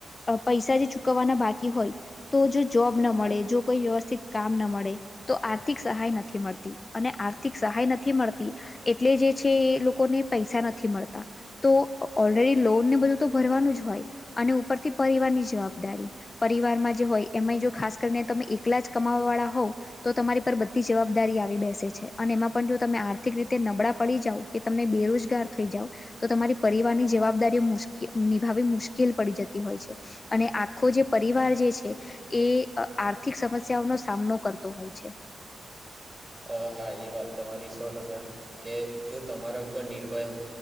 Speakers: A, on the left; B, on the right.
A: પૈસા જે ચૂકવવાના બાકી હોય. તો જો ના મળે જો કોઈ વ્યવસ્થિત કામ મળે. તો આર્થિક સહાય નથી મળતી અને આર્થિક સહાય નથી મળતી એટલે જે છે એ લોકોને પૈસા તો ઓલરેડી લોનને બધું તો ભરવાનું જ હોય અને ઉપરથી પરિવારની જવાબદારી પરિવારમાં જે હોય એમાંય જો ખાસ કરીને તમે એકલા જ કમાવવા વાળા હોવ તો તમારી પર બધી જવાબદારી આવી બેસે છે અને એમાં પણ જો તમે આર્થિક રીતે નબળા પડી જાવ કે તમને બેરોજગાર થઈ જાવ તો તમારી પરિવારની જવાબદારીઓ મુશ્કે નિભાવી મુશ્કેલ પડી જતી હોય છે. અને આખો જે પરિવાર જે છે. એ આર્થિક સમસ્યાઓનો સામનો કરતો હોય છે.
B: અ હા એ વાત તમારી સો ટકા કે જો તમારા ઉપર નિર્ભર